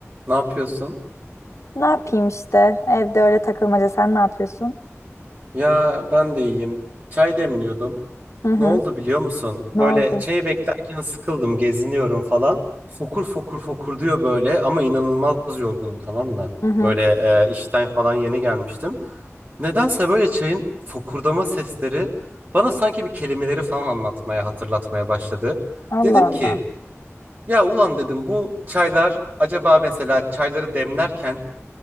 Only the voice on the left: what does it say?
Ne yapayım işte? Evde öyle takılmaca. Sen ne yapıyorsun?
Hı hı.
Ne oldu?
Hı hı.
Allah
Allah.